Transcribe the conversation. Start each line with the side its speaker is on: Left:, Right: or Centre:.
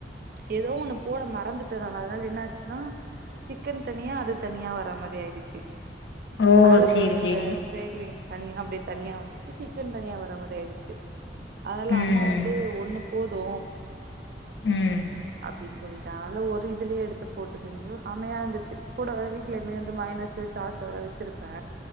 Right: ஏதோ ஒன்னு போட மறந்துட்டே நானு அதனால என்னாச்சுன்னா சிக்கன் தனியா அது தனியா வரா மாரி ஆயிடுச்சி
Left: ஓ
Right: மேல
Left: சேரி
Right: போட்ருக்க
Left: சேரி
Right: கிரேக் விங்ஸ் தனியா அப்டேத் தனியா வந்துச்சு சிக்கன் தனியா வர மாரி ஆயிடுச்சு அதனால
Left: ம்
Right: அம்மா வந்து ஒண்ணுப் போது
Left: ம்
Right: அப்டின்சொல்லி டால ஒரு இதுலேயே எடுத்து போட்டு செஞ்சோ செமையா இருந்துச்சு கூட வந்து வீட்ல எப்பயுமே வந்து மையோனசு சாஸ்ஸு அதல்லா வச்சிருப்பே